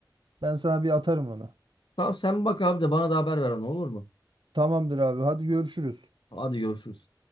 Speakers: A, on the right (about 75°); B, on the left (about 80°).
A: ben sana bir atarım onu.
B: Tamam sen bak abi de bana da haber ver onu olur mu?
A: Tamamdır abi. Hadi görüşürüz.
B: Hadi görüşürüz.